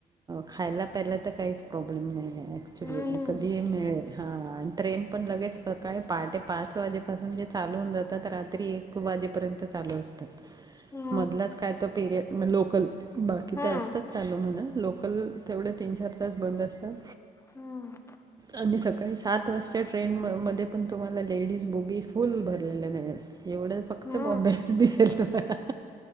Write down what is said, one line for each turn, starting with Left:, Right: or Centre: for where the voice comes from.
Right: खायला पैयला तर काहीच प्रॉब्लेम नाही. ऍक्च्युली
Left: हा ना.
Right: कधी मिळेल हा आणि ट्रेन पण लगेच सकाळी पहाटे पाच वाजेपासून ज चालू होऊन जातात रात्री एक वाजे पर्यंत चालू असतात.
Left: हा
Right: मधलाच काय तो पेरियड लोकल बाकी
Left: हा
Right: तर असतात चालू म्हण लोकल तेवढे तीन चार तास बंद असतात.
Left: हम्म
Right: आणि सकाळी सात वाजता ट्रेन मध्ये पण तुम्हाला लेडीज बोगी फुल भरलेलं मिळेल एवढं फक्त
Left: हा
Right: बॉम्बेच दिसेल तुम्हाला.